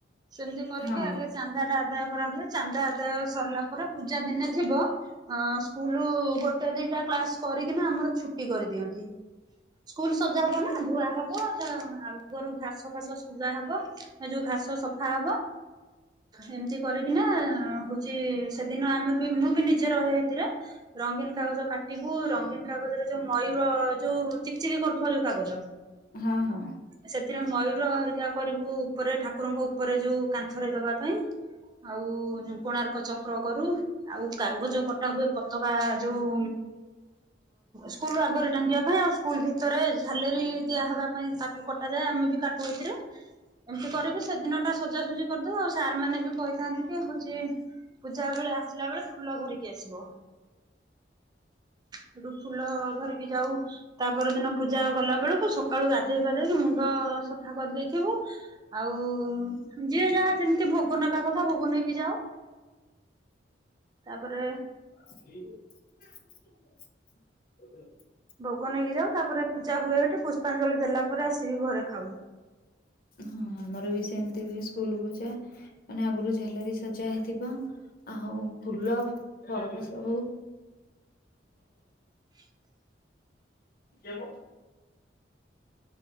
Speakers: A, on the right; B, on the left.
A: ସେମିତି କରିକି
B: ହଁ
A: ଆଗେ ଚାନ୍ଦା ଟା ଆଦାୟ। କରା ହୁଏ ଚାନ୍ଦା ଆଦ ସରିଲା। ପରେ ପୂଜା ଦିନେ ଥିବ ହଁ ସ୍କୁଲ ଗୋଟ ଦୁଇଟା କ୍ଲାସ୍ କରିକିନାଁ ଆମର ଛୁ ଛୁଟି କରିଦିଅନ୍ତି ସ୍କୁଲ ସଜା ହବ ନା। ଧୁଆ ହବ। ଆଗରୁ ଘାସ ଫାସ ସଜା ହବ ଯୋଉ ଘାସ। ସଫା ହବ ଏମିତି କରିକି ନା ହଉଛି ସେଦିନ ଆମେ ବି ମୁଁ ବି ନିଜେ ରହେ ସେଥିରେ। ରଙ୍ଗୀନ କାଗଜ କାଟିବୁ ରଙ୍ଗୀନ କାଗଜରେ ଯୋଉ ମୟୂର ଯୋଉ ଚିକଚିକି କରୁଥିବା ଯୋଉ କାଗଜ
B: ହଁ ହଁ
A: ସେଥି ମୟୂର ହରିକା କରିବୁ ଉପରେ ଠାକୁର କୁରଙ୍କ ଉପରେ ଯୋଉ କାନ୍ଥରେ ଦବା ପାଇଁ ଆଉ କୋଣାର୍କ ଚକ୍ର କରୁ ଆଉ କାଗଜ କଟା ହୁଏ ପତକା ଯୋଉ ସ୍କୁଲ ଆଗରେ ଟାଙ୍ଗିବା ପାଇଁ ଆ ସ୍କୁଲ ଭିତରେ ଝାଲେରି ଦିଆ ହେବା ପାଇଁ ତା କୁ କଟା ଯାଏ ଆମେ ବି କାଟୁ ଏଥିରେ ଏମିତି କରିକି ସଜାସଜି କରିଦେଉ ଆଉ ସାର୍ ମାନେ ଭି କହିଥାନ୍ତି କି ହୋଉଛି ପୂଜା ବେଳେ ଆସିଲା ବେଳେ ଫୁଲ ଧରିକି ଆସିବ ସେଠୁ ଫୁଲ ଧରିକି ଯାଉ ତାପର ଦିନ ପୂଜା କଲା ବେଳକୁ ସକାଳୁ ଗାଧେଇ ପାଧେଇକି ମୁଣ୍ଡ ସଫା କରିଦେଇଥିବୁ ଆଉ ହ ଯିଏ ଯାହା ଯେମିତି ଭୋଗ ନବା କଥା ଭୋଗ ନେଇକି ଯାଉ। ତାପରେ
B: <inaudible>
A: ଭୋଗ ନେଇକି ଯାଉ ତାପରେ ପୂଜା ହୁଏ ହେଟି ପୁଷ୍ପାଞ୍ଜଳି ଦେଲା ପରେ ଆସିକି ଘରେ ଖାଉ।
B: ହଁ ଆମର ବି ସେମିତି ହୁଏ ସ୍କୁଲ ପୂଜା ମାନେ ଆଗରୁ ଝାଲେରି ସଜା ହେଇଥିବ ଆଉ ଫୁଲ ଫଳ ସବୁ
A: <inaudible>
B: ଆଣୁ